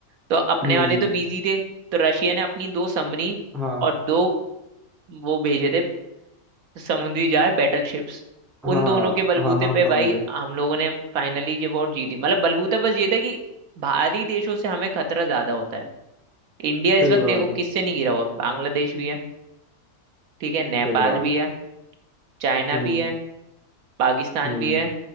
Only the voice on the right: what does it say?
तो अपने
वाले तो बिजी थे तो रशिया ने अपनी दो समरी
और दो वो भेजे थे समुद्री जहाज बैटल शिप्स
उन दोनों
के बलबूते
पे
भाई
हम लोगों ने फाइनली ये वॉर जीती मतलब बलबूता बस ये था कि बाहरी देशों से हमें खतरा ज्यादा होता है इंडिया इस
वक्त
देखो
किससे नहीं घिरा हुआ बांग्लादेश भी है ठीक है नेपाल
भी
है चाइना
भी है पाकिस्तान
भी है